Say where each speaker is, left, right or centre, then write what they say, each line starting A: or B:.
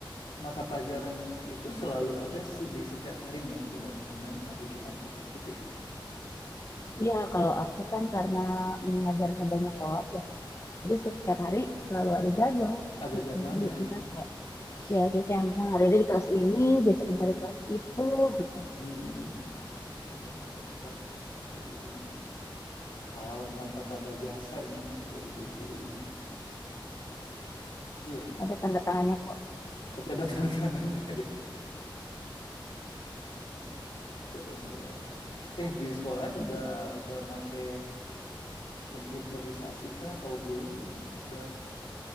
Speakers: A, on the left; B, on the left.
A: mata pelajaran itu selalu ada se- di setiap harinya, mungkin dari Senin sampai Jumat itu gitu ya.
B: Iya, kalau aku kan karena ngajarnya banyak kelas ya, jadi setiap hari selalu ada jadwal
A: Ada
B: gitu.
A: jadwalnya.
B: Jadi misalnya kayak,
A: Wih,
B: ya jadi
A: gila.
B: kayak misalnya hari ini di kelas ini, besok dari kelas itu gitu.
A: Hmm, hebat, hebat, hebat. Guru yang pahlawan tanpa tanda jasa ini, kalau ibu guru ini. Iya,
B: Ada tanda tangannya kok.
A: Tapi ada tanda tangannya. <laughs> Keren banget. Eh, di sekolahan udah udah make komputerisasi kah atau belum Del